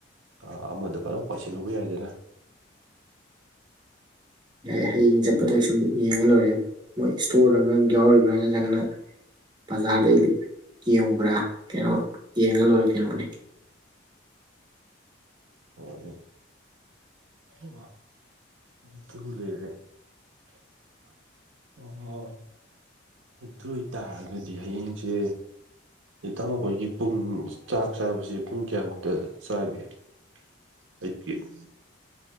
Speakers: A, on the right; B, on the right.
A: ꯑ ꯑꯃꯗ ꯐꯥꯠ ꯂꯧ ꯄꯥꯏꯁꯤꯜꯂꯨꯕ ꯌꯥꯏꯗꯅ꯫
B: ꯌꯥꯏ-ꯌꯥꯏ ꯍꯌꯦꯡ ꯆꯠꯄꯗ ꯁꯨꯝ ꯌꯦꯡꯉ ꯂꯣꯏꯔꯦ ꯃꯣꯏ ꯏꯁꯇꯣꯔ ꯗꯒ ꯌꯥꯎꯔꯤꯕ꯭ꯔꯥ ꯅꯠꯇ꯭ꯔꯒꯅ ꯕꯖꯥꯔꯗꯩ ꯌꯦꯡꯉꯨꯕ꯭ꯔꯥ ꯀꯩꯅꯣ ꯌꯦꯡꯉ ꯂꯣꯏꯔꯦ ꯀꯩꯅꯣꯅꯦ꯫
A: <inaudible> <unintelligible> ꯑꯗꯨ ꯑꯣꯏꯇꯥꯔꯒꯗꯤ ꯍꯌꯦꯡꯁꯦ ꯏꯇꯥꯎꯈꯣꯏꯒꯤ ꯄꯨꯡ ꯆꯥꯛ ꯆꯥꯕꯁꯦ ꯄꯨꯡ ꯀꯌꯥꯃꯨꯛꯇ ꯆꯥꯒꯦ꯫ <inaudible>